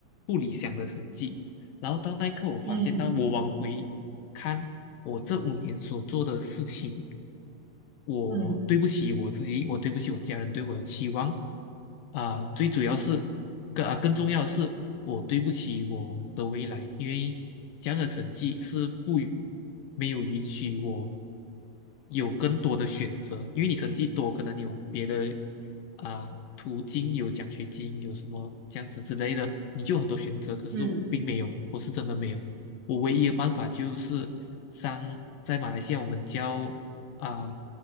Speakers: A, on the left (about 70°); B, on the right (about 50°).
A: 不理想的成绩。然后到那一刻，我发现到我往回。
B: 嗯
A: 看我这五年所做的事情，我对不起我自己，
B: 嗯
A: 我对不起我家人对我的期望啊、最主要是更啊更重要的是，我对不起我的未来，因为这样的成绩是不允没有允许我有更多的选择，因为你成绩多，可能你有别的啊、途径，有奖学金，有什么这样子之类的，你就有很多选择，可是我并没有，
B: 嗯
A: 我是真的没有。我唯一的办法就是上在马来西亚我们教啊、